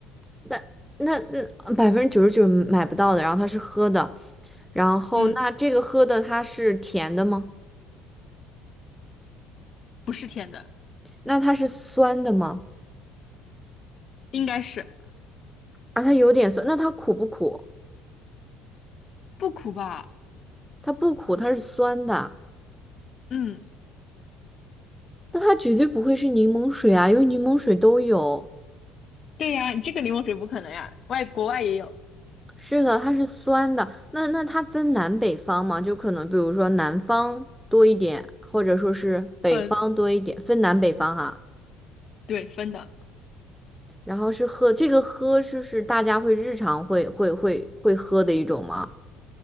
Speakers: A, in the centre; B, on the left (about 45°).
A: 那那那百分之九十九买不到的，然后它是喝的，然后那这个喝的它是甜的吗？
B: 嗯，不是甜的，
A: 那它是酸的吗？
B: 应该是
A: 而它有点酸，那它苦不苦？
B: 不苦吧，
A: 它不苦，它是酸的，
B: 嗯。
A: 那它绝对不会是柠檬水啊，因为柠檬水都有。
B: 对呀，你这个柠檬水不可能呀，外国外也有
A: 是的，它是酸的。那那它分南北方吗？就可能比如说南方多一点，或者说是北方多一点，
B: 分，
A: 分南北方哈。
B: 对，分的，
A: 然后是喝，这个喝是是大家会日常会会会会喝的一种吗？